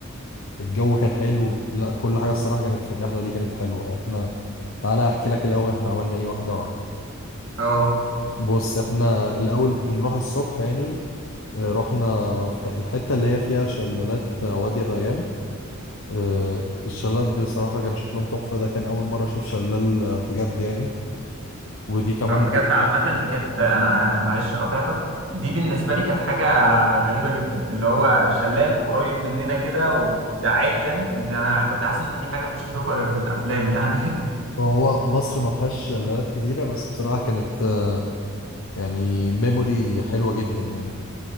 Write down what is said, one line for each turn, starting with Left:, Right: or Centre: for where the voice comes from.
Left: والجو كان حلو لا كل حاجة الصراحة كانت في الرحلة دي كانت حلوة احنا تعالى احكي لك الاول احنا عملنا ايه واحده واحده
Right: اه
Left: بص احنا الاول بنروح الصبح يعني آه، رحنا في ح- الحته اللي هي فيها شلالات آه، وادي الريان آه، الشلالات بصراحه كان شكلهم تحفه ده كان اول مره اشوف شلال آه، بجد يعني ودي كمان
Right: آه، بجد عامة دي كانت آه، أنا آه، معلش قطعتك دي بالنسبة لي كانت حاجة غريبة جدا اللي هو شلال وقريب مننا كده وده عادي يعني ده أنا كنت حاسس إن أنا دي حاجة مش هشوفها غير في الأفلام يعني
Left: هو مصر ما فيهاش شلالات كتيره بس بصراحه كانت آه، يعني ميموري حلوه جدا يعني